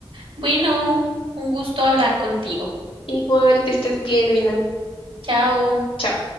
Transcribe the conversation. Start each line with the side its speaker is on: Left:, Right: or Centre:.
Right: Bueno, un gusto hablar contigo.
Left: Igual que estés bien, Lina.
Right: Chao.
Left: Chao.